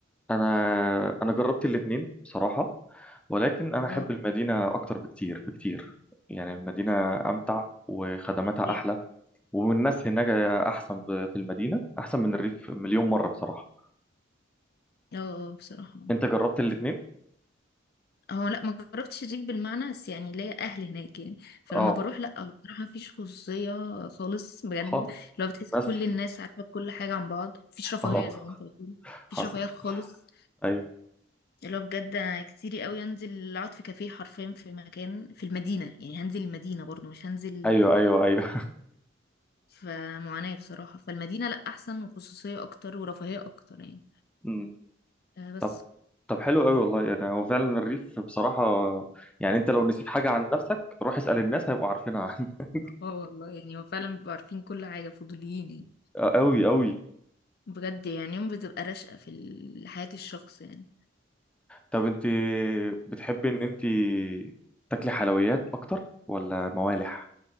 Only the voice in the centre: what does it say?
انا انا جربت الاتنين بصراحه ولكن أنا أحب
المدينة أكتر بكتير بكتير يعني المدينة أمتع وخدماتها
أحلى والناس هناك أحسن ب- في المدينة أحسن من الريف مليون مرة بصراحة
أنت جربت الاتنين؟
أه
خالص
الناس
<laughs>
أه
حصل
أيوه
أيوه أيوه أيوه
<laughs> أمم.
طب طب حلو أوي والله يعني هو فعلا الريف بصراحة يعني أنت لو نسيت حاجة عن نفسك روح اسأل الناس هيبقوا عارفينها عنك
<laughs> أوي أوي
طب انت بتحبي ان انت تاكلي حلويات اكتر ولا موالح